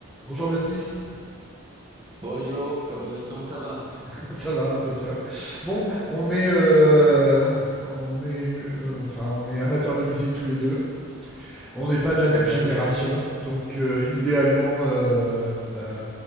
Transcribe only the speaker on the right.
Bonjour, co- euh, comment ça va?
C'est
vrai,
oui.